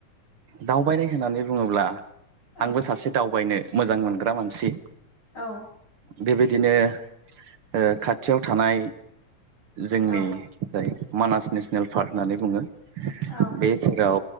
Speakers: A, on the right; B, on the left.
A: दावबायनाय होननानै बुङोब्ला
B: औ
A: आंबो सासे दावबायनो मोजां मोनग्रा मानसि।
B: औ
A: बेबायदिनो ओ खा थियाव थानाय जोंनि
B: औ
A: जाय मानास नेसनेल पार्क होननानै बुङो
B: औ
A: बे खेलाव